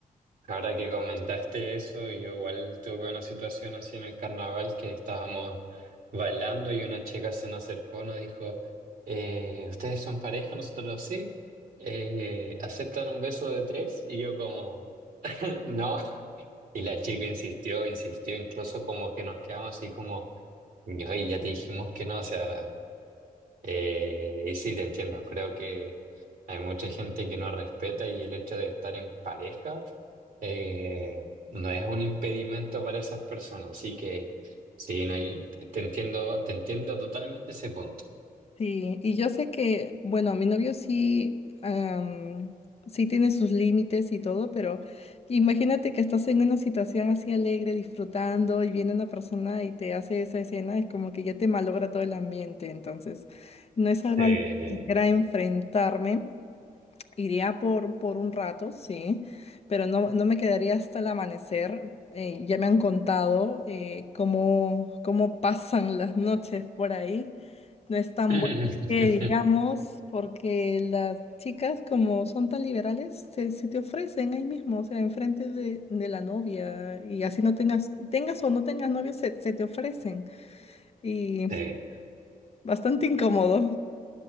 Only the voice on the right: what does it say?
Ahora que comentaste eso, yo igual tuve una situación así en el carnaval que estábamos bailando y una chica se nos acercó, nos dijo, eh, ¿ustedes son pareja? Nosotros sí. Eh, ¿aceptan un beso de tres? Y yo como, <laughs> no. Y la chica insistió, insistió, incluso como que nos quedamos así como, "Ay, ya te dijimos que no, o sea... Eh, y sí, te entiendo, creo que hay mucha gente que no respeta y el hecho de estar en pareja eh, no es un impedimento para esas personas, así que sí, no hay- te entiendo, te entiendo totalmente ese punto.
Eh,
<laughs>
sí.